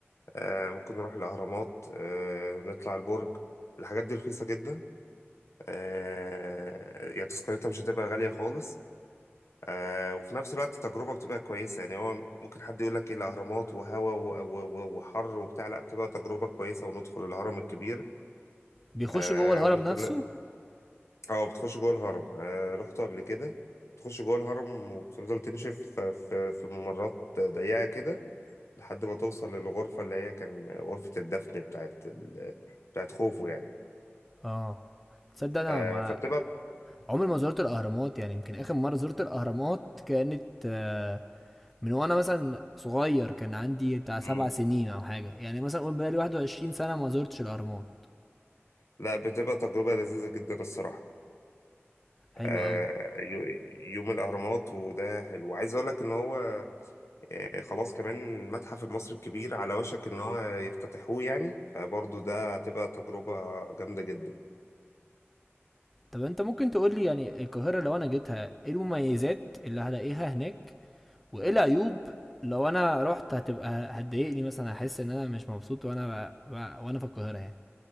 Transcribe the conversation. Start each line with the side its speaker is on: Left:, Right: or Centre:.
Left: آه، ممكن نروح الاهرامات آه، نطلع البرج الحاجات دي رخيصه جدا آه، يعني تذكرتها مش هتبقى غاليه خالص آه وفي نفس الوقت التجربة بتبقى كويسة يعني هو ممكن حد يقول لك ايه الأهرامات وهوا و- و- و- وحر وبتاع لا بتبقى تجربة كويسة وندخل الهرم الكبير
Centre: بيخش
Left: آه
Centre: جوه الهرم
Left: وممكن
Centre: نفسه
Left: اه بتخش جوه الهرم آه رحت قبل كده تخش جوه الهرم وبتفضل تمشي في في في ممرات ضيقة كده لحد ما توصل للغرفة اللي هي كان غرفة الدفن بتاعت ال... بتاعت خوفو يعني
Centre: اه تصدق انا
Left: آه
Centre: ما
Left: فبتبقى
Centre: عمري ما زرت الاهرامات يعني يمكن اخر مره زرت الاهرامات كانت آه، من وانا مثلا صغير كان عندي بتاع سبع
Left: مم،
Centre: سنين او حاجه يعني مثلا قول بقالي 21 سنه ما زرتش الاهرامات
Left: لا بتبقى تجربة لذيذة جدا الصراحة
Centre: حلو
Left: آه،
Centre: قوي
Left: يو- يوم الأهرامات وده حلو عايز أقول لك إن هو آه، خلاص كمان المتحف المصري الكبير على وشك إن هو يفتتحوه يعني فبرضه ده هتبقى تجربة جامدة جدا
Centre: طب انت ممكن تقول لي يعني القاهره لو انا جيتها ايه المميزات اللي هلاقيها هناك وايه العيوب لو انا رحت هتبقى هتضايقني مثلا هحس ان انا مش مبسوط وانا ب... ب... وانا في القاهره يعني